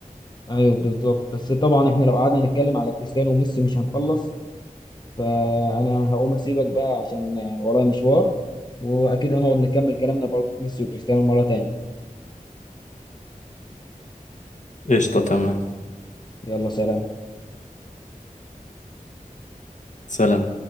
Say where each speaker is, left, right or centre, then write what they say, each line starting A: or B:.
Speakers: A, on the left; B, on the left.
A: أيوه بالظبط بس طبعا إحنا لو قعدنا نتكلم على كريستيانو وميسي مش هنخلص فأنا هقوم أسيبك بقى عشان ورايا مشوار وأكيد هنقعد نكمل كلامنا برضه في ميسي وكريستيانو مرة تانية
B: قشطة تمام
A: يلا سلام
B: سلام